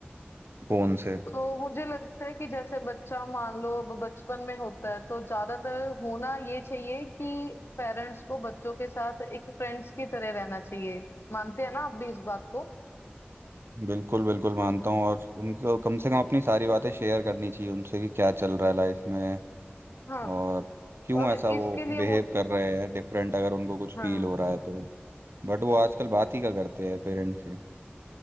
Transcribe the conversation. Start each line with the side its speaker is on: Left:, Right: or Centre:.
Right: फोन से
Left: तो मुझे लगता है कि जैसे बच्चा मान लो अब बचपन में होता है तो ज्यादातर होना ये चाहिए कि पेरेंट्स को बच्चों के साथ एक फ्रेंड्स की तरह रहना चाहिए मानते हैं ना आप भी इस बात को
Right: बिल्कुल बिल्कुल मानता हूँ और उनको कम से कम अपनी सारी बातें शेयर करनी चाहिए उनसे कि क्या चल रहा है लाइफ में
Left: हाँ
Right: और क्यों
Left: और
Right: ऐसा
Left: इसके
Right: वो
Left: लिए
Right: बिहेव
Left: मुझे
Right: कर रहे हैं डिफरेंट अगर उनको कुछ
Left: हाँ
Right: फील हो रहा है तो बट वो आजकल बात ही का करते हैं पेरेंट्स से